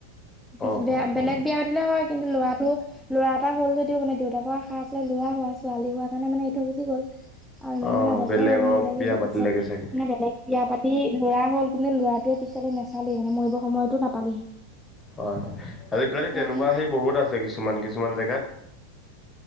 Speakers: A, in the centre; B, on the left.
A: পিছে
B: অ
A: বেয়া,
B: অ
A: বেলেগ
B: অ
A: বিয়া পাতিলে হয়। কিন্তু ল'ৰাটো, ল'ৰা এটা হ'ল যদিও মানে দেউতাকৰ আশা আছিলে ল'ৰা হোৱা ছোৱালী হোৱা। তণে মানে ই থ গুচি গ'ল, আৰু ইমান
B: অ
A: মানে অৱস্থাও
B: বেলেগক
A: ভাল নাছিলে,
B: বিয়া
A: কিন্তু,
B: পাতিলেগে
A: পিছত
B: চাগে
A: মানে বেলেগ। বিয়া পাতি লৰা হ'ল। কিন্ত ল'ৰাটোৱে পিছলে নাচালে মানে মৰিব সময়তো নাপালেহি।
B: হয়, হয় আজিকালি
A: সেয়াহে
B: তেনেকুৱা, সেই বহুত আছে কিছুমান কিছুমান। কিছুমান জেগাত।